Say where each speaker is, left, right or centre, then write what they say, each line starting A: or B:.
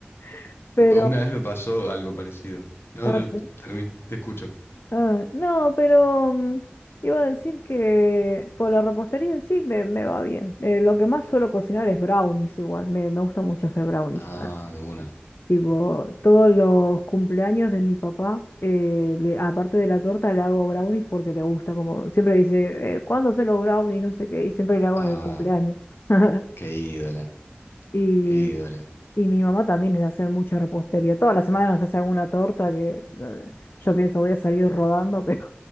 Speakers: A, on the left; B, on the left.
A: <laughs> Pero,
B: Una vez me pasó algo parecido. No,
A: ah,
B: no,
A: sí.
B: termino, te escucho.
A: Ah, no, pero mm, iba a decir que con la repostería en sí me, me va bien. Eh, lo que más suelo cocinar es brownies igual, me, me gusta mucho hacer brownies.
B: Ah,
A: Ah,
B: de una.
A: Tipo, todos los cumpleaños de mi papá, eh, le- aparte de la torta, le hago brownies porque le gusta, como siempre dice, eh, ¿cuándo se los brownies? No sé qué, y siempre le hago
B: Ah,
A: en el cumpleaños. <laughs>
B: qué ídola,
A: Y
B: qué ídola.
A: Y mi mamá también es de hacer mucha repostería. Toda la semana nos hace alguna torta que eh, yo pienso voy a salir rodando, pero